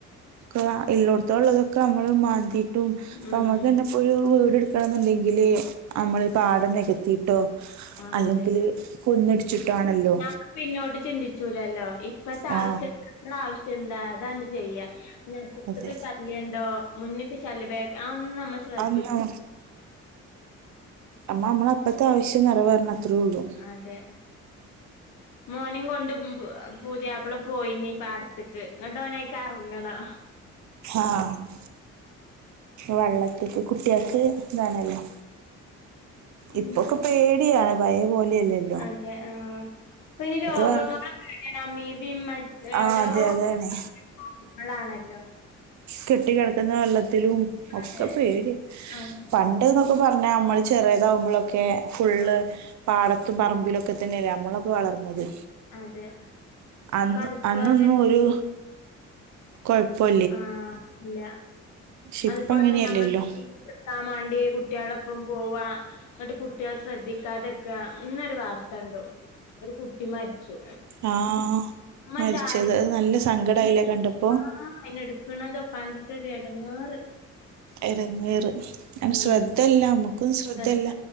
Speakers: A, on the right (about 65°); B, on the left (about 80°).
A: കൊറാ ഇല്ലോട്തോൾള്ളതൊക്കെ നമ്മള് മാന്തിട്ടും
B: ഉം
A: ഇപ്പമ്മ ന്നെ ഫുൾ വീട് എടുക്കണന്നുണ്ടെങ്കില് നമ്മള് പാടം നികത്തി ട്ടോ
B: ആഹ്
A: അല്ലെങ്കില്
B: അതെ
A: കുന്നിടിച്ചിട്ടാണല്ലോ
B: നമ്മ പിന്നോട്ട് ചിന്തിച്ചൂലല്ലോ ഇപ്പത്തെ
A: ആ
B: ആവശ്യം ആവശ്യം എന്താ അതാണ്ട് ചെയ്യാ ന്നാ അപ്പുറത്തേക്ക്
A: അതെ
B: ശല്യണ്ടോ മുന്ന്ക്ക് ശല്യ ബേ അതൊന്നും നമ്മ ശ്രദ്ധി
A: അന്ന് അമ്മ അമ്മള അപ്പഴത്തെ ആവശ്യം നിറവേറണം അത്രേള്ളൂ
B: അതെ മോനിം കൊണ്ട് പുതിയാപ്പള പോയിനീ പാടത്ത്ക്ക് ഇങ്ങട്ട് ഓനൈക്കറങ്ങണം
A: ആഹ് വെള്ളത്ത്ക്ക് കുട്ട്യാക്ക് ഇതാണല്ലോ
B: ഉം
A: ഇപ്പൊക്കെ പേടിയാണ് പയേപോലെയല്ലല്ലോ
B: അതെ ആഹ് ഇപ്പയിന് രോഗങ്ങളെ
A: വെള്ള
B: പേടിയാ അമീബി മാ
A: ആ
B: ഓരോ
A: അതെ
B: <unintelligible>
A: അതാണ്
B: ങ്ങളാണല്ലോ
A: കെട്ടികെടക്കുന്ന വെള്ളത്തിലും ഒക്കെ
B: അതെ
A: പേടിയാ
B: അതെ
A: പൺ ണ്ട്ന്നൊക്കെ പറഞ്ഞാ നമ്മള് ചെറിയതാകുമ്പളൊക്കെ ഫുള്ള്
B: ആഹ്
A: പാടത്തും പറമ്പിലൊക്കെ തന്നെയല്ലേ നമ്മളൊക്കെ വളർന്നത്
B: അതെ
A: അന്ന്
B: ഇപ്പൊ അതുപോലെ
A: അന്നൊന്നും ഒരു കൊഴപ്പോ
B: ആ ഇല്ല
A: പക്ഷെ
B: അതുപോലെ
A: ഇപ്പ അങ്ങനെയല്ലല്ലോ
B: നമ്മള <unintelligible> നിർത്താൻ മാണ്ടി കുട്ട്യാളൊപ്പം പോവാ ഇന്നിട്ട് കുട്ട്യാളെ ശ്രദ്ധിക്കാതെക്കാ ഇന്നൊരു വാർത്ത കണ്ടു ഒരു കുട്ടി മരി ച്ചു
A: ആ
B: ഉമ്മച്ചാടി
A: മരിച്ചത് അത് നല്ല സങ്കടായില്ലേ കണ്ടപ്പോ
B: ആഹ് അയിനെ എടുക്കണതും കണ്ടിട്ടൊരു എടങ്ങാറ്
A: എടങ്ങേറ് <unintelligible>
B: ഉം
A: ശ്രദ്ധയില്ല നമ്മക്കും ശ്രദ്ധയില്ല
B: ശ്രദ്ധ